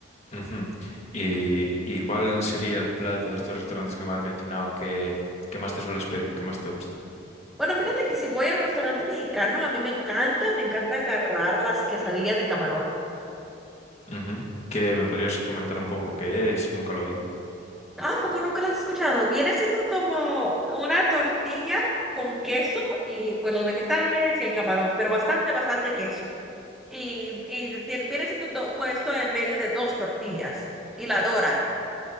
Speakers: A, on the left; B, in the centre.
A: Ujú. ¿Y, y cuál sería el plato de estos restaurantes que me has mencionado que, que más te sueles pedir, que más te gusta?
B: Bueno, fíjate que si voy a un restaurante mexicano, a mí me encanta, me encanta agarrar las quesadillas de camarón.
A: Ujú. ¿Qué me podrías comentar un poco qué es? Nunca lo vi.
B: Ah, ¿a poco nunca las has escuchado? Viene siendo como una tortilla con queso y pues los vegetales y el camarón, pero bastante, bastante queso. y, y viene siendo do- puesto en medio de dos tortillas y la doran.